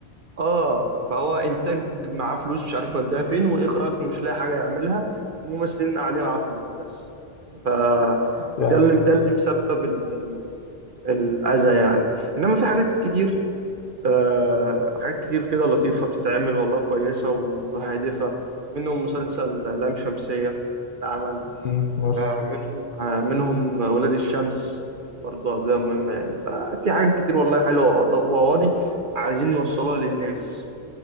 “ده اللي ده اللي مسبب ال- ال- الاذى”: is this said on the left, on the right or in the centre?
Right